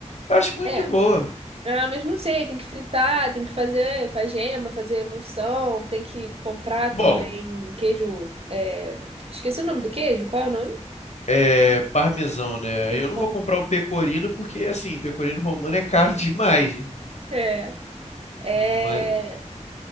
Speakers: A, on the left (about 65°); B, on the right (about 50°).
A: Eu acho muito
B: É.
A: de boa.
B: Ah, mas não sei, tem que fritar, tem que fazer com a gema, fazer emulsão, tem que comprar
A: Bom,
B: também queijo. é, Esqueci o nome do queijo, qual é o nome?
A: é parmesão, né?
B: Tem
A: Eu
B: que
A: não
B: comprar.
A: vou comprar o pecorino porque, assim, pecorino romano é caro <laughs> demais, né?
B: É, é,
A: Mas-